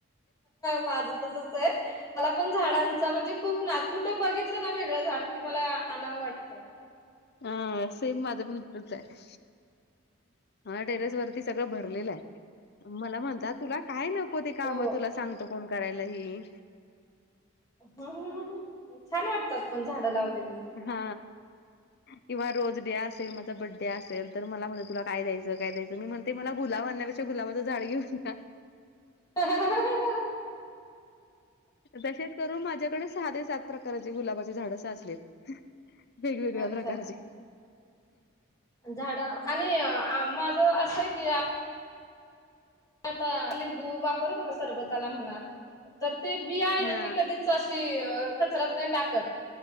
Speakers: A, on the left; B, on the left.
A: माझं तसच आहे. मला पण झाडांच म्हणजे खूप ना कुठं बघितलं ना वेगळं झाड की मला आणवं वाटतं.
B: हा. सेम माझं पण. आहे. माय टेरेस वरती सगळं भरलेलं आहे. मला म्हणतात तुला काय नको ते काम
A: हो
B: तुला सांगतो कोण करायला ही?
A: हं हं हं, छान वाटतात पण झाडं लावलेली.
B: हा किंवा रोज डे असेल माझा बड्डे असेल तर मला म्ह तुला काय द्यायचं काय द्यायचं? मी म्हणते मला गुलाब आणण्यापेक्षा गुलाबाचं झाड घेऊन हं.
A: हं हं हं हं हं.
B: तसेच करून माझ्याकडे सहा, सात प्रकाराची झाड साचलीत. वेगवेगळ्या
A: अच्छा.
B: प्रकारची.
A: झाड आणि माझ असंय की आता लिंबू वापरतो ना सरबताला म्हणा. तर ते बी आहे ना
B: हा
A: मी कधीच अशी कचरात नाही टाकत.